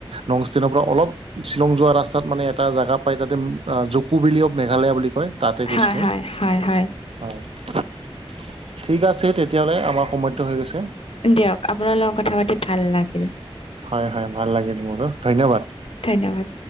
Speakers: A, on the right (about 75°); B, on the left (about 70°).
A: নংষ্টেনৰ পৰা অলপ শ্বিলং যোৱা ৰাস্তাত মানে এটা জাগা পায় তাতে জকুভেলি অফ মেঘালয়া বুলি কয় তাতে গৈছিলো।
B: হয় হয় হয় হয়
A: হয় ঠিক আছে তেতিয়াহ'লে আমাৰ সময়টো হৈ গৈছে হয়,
B: দিয়ক আপোনাৰ লগত কথা পাতি ভাল লাগিল
A: হয়, হয়, ভাল লাগিল মোৰো, ধন্যবাদ।
B: ধন্যবাদ।